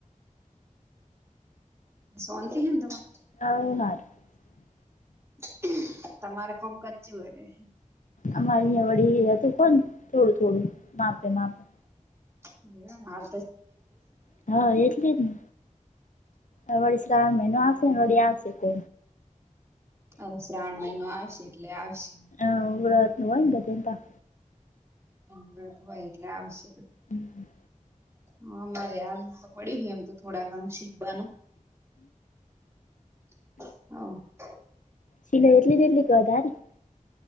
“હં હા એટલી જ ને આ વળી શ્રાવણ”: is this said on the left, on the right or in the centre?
Left